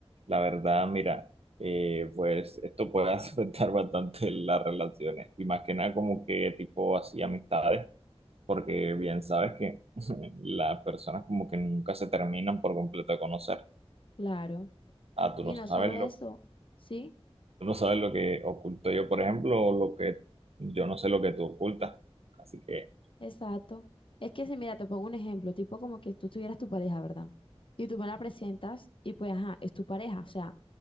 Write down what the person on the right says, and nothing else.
la verdad, mira, eh, pues esto puede <laughs> afectar bastante las relaciones, y más que nada como que tipo así amistades porque bien sabes que <laughs> las personas como que nunca se terminan por completo de conocer.
Ah, tú
no sabes
lo,
tú no sabes lo que oculto yo, por ejemplo, o lo que yo no sé lo que tú ocultas. Así que